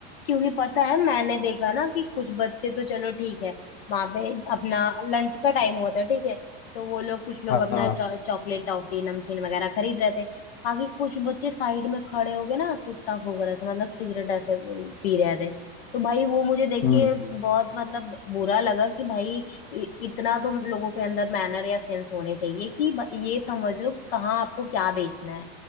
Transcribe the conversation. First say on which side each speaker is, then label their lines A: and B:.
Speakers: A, on the left (about 80°); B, on the left (about 40°).
A: क्योंकि पता है मैंने देखा ना कि कुछ बच्चे तो चलो ठीक है वहां पे अपना लंच का टाइम हुआ था ठीक है तो वो लोग कुछ लोग
B: हाँ
A: अपना
B: हाँ,
A: चॉ, चॉकलेट टॉफी नमकीन वगैरह खरीद रहे थे बाकी कुछ बच्चे साइड में खड़े हो गए ना सुट्टा फूक रहे थे मतलब सिगरेट ऐसे पी रहे थे तो भाई वो मुझे देख
B: हम्म
A: के बहुत मतलब बुरा लगा कि भाई इ- इतना तो लोगों के अंदर मैनर या सेंस होने चाहिए कि ब- ये समझ लो कहाँ आपको क्या बेचना है